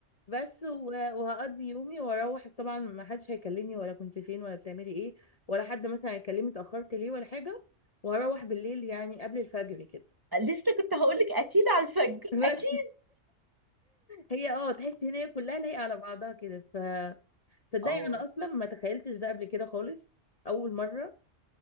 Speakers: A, on the left (about 35°); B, on the right (about 20°).
A: بس و- وهقضي يومي واروح طبعا ما حدش هيكلمني ولا كنت فين ولا بتعملي ايه ولا حد مثلا هيكلمني اتاخرت ليه ولا حاجه وهروح بالليل يعني قبل الفجر كده
B: لسه كنت هقولك اكيد على الفجر
A: <laughs> بس
B: اكيد
A: هي اه تحسي ان هي كلها لايقه على بعضها كده ف تصدقي
B: اه
A: انا اصلا ما تخيلتش ده قبل كده خالص اول مره